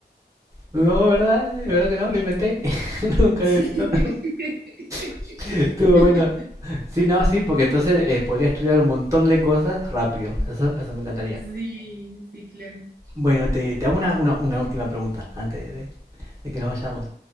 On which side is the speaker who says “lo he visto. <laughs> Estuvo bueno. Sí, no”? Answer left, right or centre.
Right